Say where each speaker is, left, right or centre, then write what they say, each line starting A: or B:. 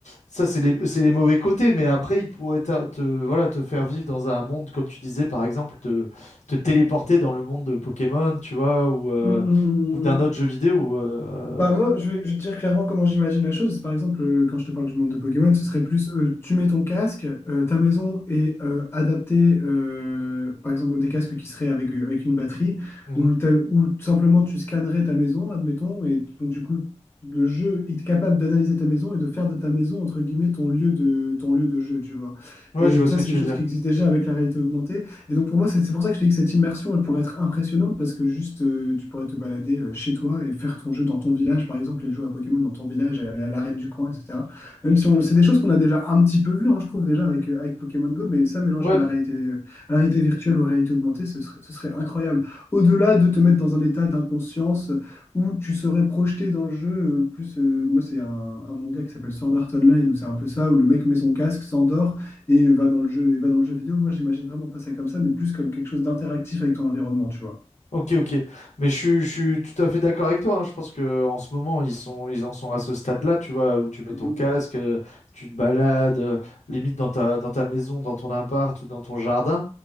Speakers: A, on the left; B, on the left.
A: ça c'est les, c'est les mauvais côtés. Mais après, il pourrait te, te- voilà, te faire vivre dans un monde, comme tu disais, par exemple, te, te téléporter dans le monde de Pokémon, tu vois, ou, euh,
B: mm, mm, mm,
A: ou d'un
B: mm, mm.
A: autre jeu vidéo. euh,
B: Bah moi, je vais, je vais te dire clairement comment j'imagine la chose. Par exemple, euh, quand je te parle du monde de Pokémon, ce serait plus euh, tu mets ton casque, euh, ta maison est euh, adaptée, euh, par exemple, des casques qui seraient avec, euh, avec une batterie,
A: mhm.
B: ou, t'as- ou tout simplement tu scannerais ta maison, admettons, et donc du coup, le jeu est capable d'analyser ta maison et de faire de ta maison, entre guillemets, ton lieu de, ton lieu de jeu, tu vois.
A: Ouais,
B: Et
A: je
B: euh,
A: vois
B: ça,
A: ce que
B: c'est
A: tu
B: des choses
A: veux dire.
B: qui existent déjà avec la réalité augmentée. Et donc pour moi, c'est c'est pour ça que je te dis que cette immersion, elle pourrait être impressionnante parce que juste, euh, tu pourrais te balader euh, chez toi et faire ton jeu dans ton village, par exemple, et jouer à Pokémon dans ton village, et aller à l'arène du coin, etc. Même si on, c'est des choses qu'on a déjà un petit peu vues, hein, je trouve, déjà avec, euh, avec Pokémon Go, mais ça mélangé
A: Ouais,
B: à la réalité, euh, à la réalité virtuelle ou à la réalité augmentée, ce serait, ce serait incroyable. Au-delà de te mettre dans un état d'inconscience euh, où tu serais projeté dans le jeu, euh, plus, euh, moi, c'est un, un manga qui s'appelle Sword Art Online, où c'est un peu ça, où le mec met son casque, s'endort et va dans le jeu, et va dans le jeu vidéo. Moi, j'imagine vraiment pas ça comme ça, mais plus comme quelque chose d'interactif avec ton environnement, tu vois.
A: Ok, ok. Mais je, suis je suis tout à fait d'accord avec toi. hein. Je pense que en ce moment, ils sont, ils en sont à ce stade-là, tu vois, où tu mets
B: Mhm.
A: ton casque, euh, tu te balades, euh, limite dans ta, dans ta maison, dans ton appart ou dans ton jardin.